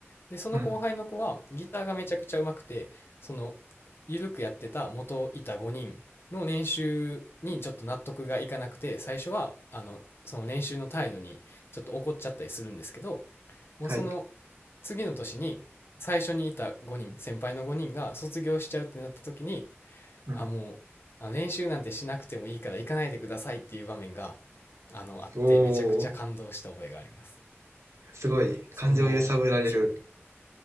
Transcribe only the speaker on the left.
で、その後輩の子はギターがめちゃくちゃ上手くて、
その、ゆるくやってた元いた5人の練習にちょっと納得がいかなくて、最初は、あの、その練習の態度にちょっと怒っちゃったりするんですけど、もうその
次の年に最初にいた5人、先輩の5人が卒業しちゃうってなった時に、
あ、もう、あの練習なんてしなくてもいいから行かないでくださいっていう場面が、あの、あってめちゃくちゃ感動した覚えがあります。
その、
そう、